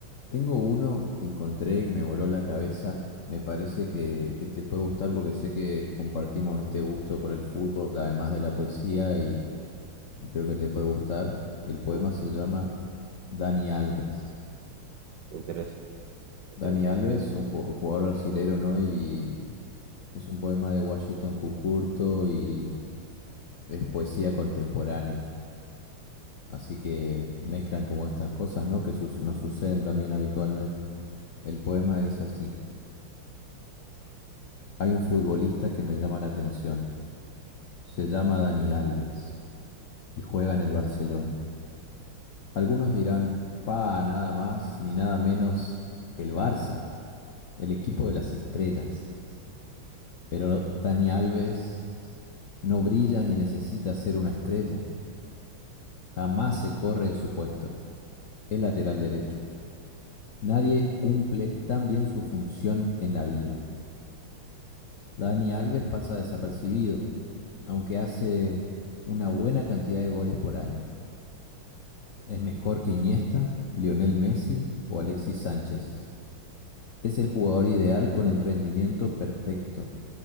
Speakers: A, on the left; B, on the right.
A: tengo uno que encontré que me voló la cabeza. Me parece que, que te puede gustar porque sé que compartimos este gusto por el fútbol, además de la poesía, y y creo que te puede gustar. El poema
B: Uh,
A: se llama Dani Alves.
B: me interesa, me interesa.
A: Dani Alves, un ju- jugador brasilero, ¿no? Y es un poema de Washington Cucurto y es poesía contemporánea. Así que mezclan como estas cosas, ¿no? Que sus- nos suceden también habitualmente. El poema dice así: Hay un futbolista que me llama la atención. Se llama Dani Alves y juega en el Barcelona. Algunos dirán, fa, nada más ni nada menos que el Barça. El equipo de las estrellas. Pero Dani Alves no brilla ni necesita ser una estrella. Jamás se corre de su puesto. Es lateral derecho. Nadie cumple tan bien su función en la vida. Dani Alves pasa desapercibido, aunque hace una buena cantidad de goles por año. Es mejor que Iniesta, Lionel Messi o Alexis Sánchez. Es el jugador ideal con el rendimiento perfecto.